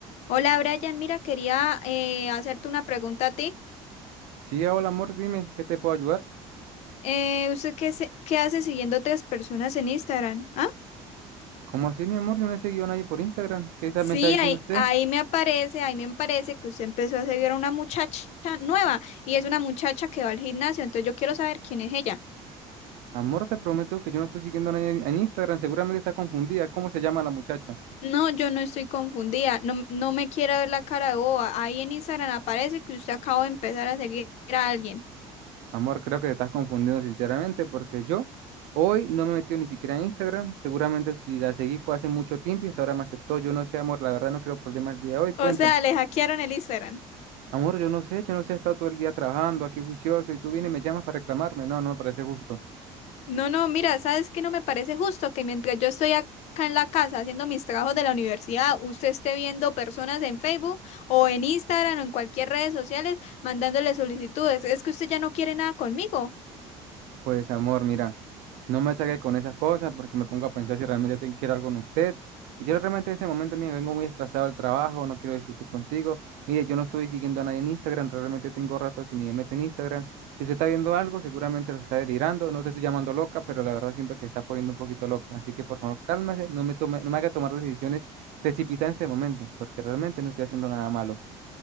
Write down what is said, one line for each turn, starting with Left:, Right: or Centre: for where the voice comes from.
Left: Hola Brian, mira, quería eh, hacerte una pregunta a ti.
Right: Sí, hola amor, dime, ¿qué te puedo ayudar?
Left: Eh, ¿usted qué, se- qué hace siguiendo tres personas en Instagram? ¿Ah?
Right: ¿Cómo así, mi amor? Yo no he seguido a nadie por Instagram. ¿Qué está-
Left: Sí,
Right: me está diciendo
Left: ahí,
Right: usted?
Left: ahí me aparece, ahí me aparece que usted empezó a seguir a una muchacha nueva y es una muchacha que va al gimnasio, entonces yo quiero saber quién es ella.
Right: Amor, te prometo que yo no estoy siguiendo a nadie en en Instagram. Seguramente está confundida. ¿Cómo se llama la muchacha?
Left: No, yo no estoy confundida, no, no me quiera ver la cara de boba. Ahí en Instagram aparece que usted acaba de empezar a seguir a alguien.
Right: Amor, creo que te estás confundiendo sinceramente porque yo hoy no me he metido ni siquiera en Instagram. Seguramente si la seguí fue hace mucho tiempo y hasta ahora me aceptó. Yo no sé, amor, la verdad no quiero problemas el día de hoy. Cuéntame.
Left: O sea, le hackearon el Instagram.
Right: Amor, yo no sé, yo no sé, he estado todo el día trabajando aquí juicioso y tú vienes y me llamas para reclamarme. No, no me parece justo.
Left: No, no, mira, ¿sabes qué? No me parece justo que mientras yo estoy ac- acá en la casa haciendo mis trabajos de la universidad, usted esté viendo personas en Facebook o en Instagram o en cualquier redes sociales mandándole solicitudes. Es que usted ya no quiere nada conmigo.
Right: Pues amor, mira, no me saque con esas cosas porque me pongo a pensar si realmente te- quiero algo con usted. Y yo realmente en este momento, mire, vengo muy estresado del trabajo, no quiero discutir contigo. Mire, yo no estoy siguiendo a nadie en Instagram, realmente tengo rato que ni me meto en Instagram. Si usted está viendo algo, seguramente lo está delirando. No te estoy llamando loca, pero la verdad siento que está poniendo un poquito loca. Así que por favor, cálmese, no me tome, no me haga tomar decisiones precipitadas en este momento, porque realmente no estoy haciendo nada malo.